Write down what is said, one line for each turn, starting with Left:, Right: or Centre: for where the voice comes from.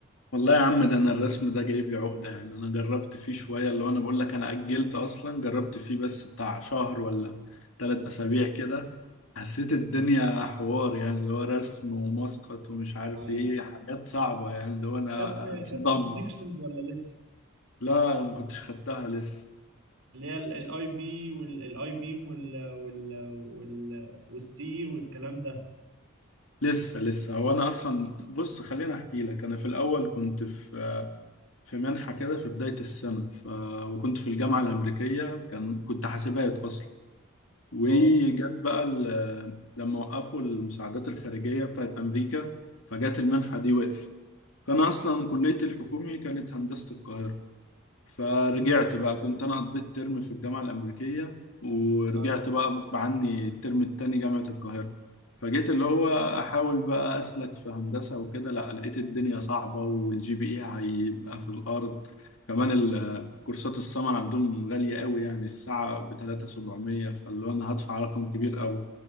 Left: والله يا عم ده انا الرسم ده جايب لي عقدة يعني انا جربت فيه شوية اللي هو انا بقول لك انا اجلت اصلا جربت فيه بس بتاع شهر ولا ثلاث اسابيع كده حسيت الدنيا حوار يعني اللي هو رسم ومسقط ومش عارف
Right: ايوه
Left: ايه حاجات صعبة يعني اللي هو انا
Right: خدت
Left: اتصدم
Right: خدت كونكشنز ولا لسه
Left: لا أنا ما كنتش خدتها لسه
Right: اللي هي الاي بي والاي بيم وال وال وال والسي والكلام ده
Left: لسه لسه هو انا اصلا بص خليني احكي لك انا في الاول كنت في في منحة كده في بداية السنة ف... وكنت في الجامعة الأمريكية كان كنت حاسبات أصلا وجت
Right: اه
Left: بقى ال- لما وقفوا المساعدات الخارجية بتاعت أمريكا فجت المنحة دي وقف فأنا أصلا كليتي الحكومي كانت هندسة القاهرة فرجعت
Right: امم
Left: بقى كنت انا قضيت ترم في الجامعه الامريكيه ورجعت
Right: ايوه
Left: بقى غصب عني الترم التاني جامعه القاهره فجيت اللي هو احاول بقى اسلك في هندسه وكده لا لقيت الدنيا صعبه والجي بي اي هيبقى في الارض كمان ال- كورسات السمر عندهم غاليه قوي يعني الساعه ب 3700 فاللي هو انا هدفع رقم كبير قوي